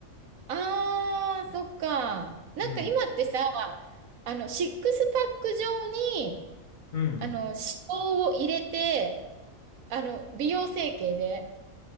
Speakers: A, on the right (about 80°); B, on the left (about 75°).
A: ああ、そっか。なんか今ってさ、
B: うん。
A: あの、シックスパック状に、
B: うん。
A: あの、脂肪を入れて、あの、美容整形で。